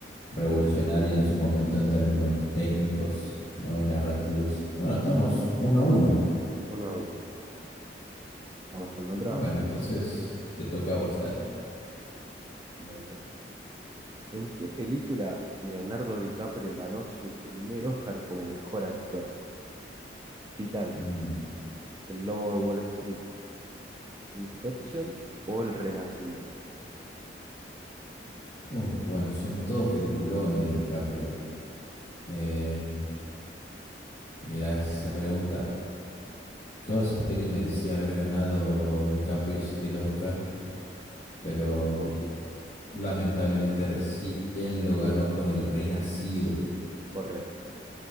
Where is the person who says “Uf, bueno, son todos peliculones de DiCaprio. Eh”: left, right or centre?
Left